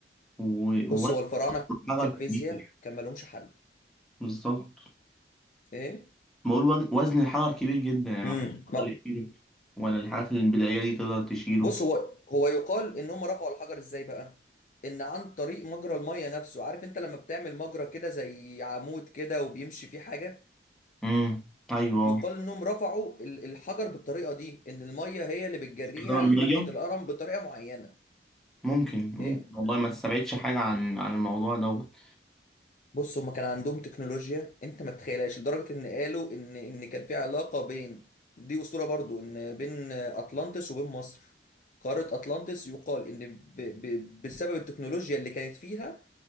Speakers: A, in the centre; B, on the left (about 45°).
A: و-
B: بص
A: ووزن
B: هو الفراعنه
A: الحجر
B: في الفيزياء
A: كبير
B: كان مالهمش حل
A: بالظبط
B: ايه
A: بقول وز- وزن الحجر كبير جدا يعني ما
B: امم
A: حدش يقدر يشيله ولا الحاجات البدائية دي تقدر تشيله
B: بص هو هو يقال ان هم رفعوا الحجر ازاي بقى ان عن طريق مجرى الميه نفسه عارف انت لما بتعمل مجرى كده زي عمود كده وبيمشي فيه حاجه
A: امم أيوه
B: يقال انهم رفعوا ال- الحجر بالطريقه دي ان الميه هي اللي بتجريها
A: استخدام المية
B: لناحيه الهرم بطريقه معينه
A: ممكن ممكن
B: ايه
A: والله ما تستبعدش حاجة عن عن الموضوع دوت
B: بص هما كان عندهم تكنولوجيا انت ما تتخيلهاش لدرجه ان قالوا ان ان كان في علاقه بين دي اسطوره برضو ان بين اطلانتس وبين مصر قاره اطلانتس يقال ان ب ب بسبب التكنولوجيا اللي كانت فيها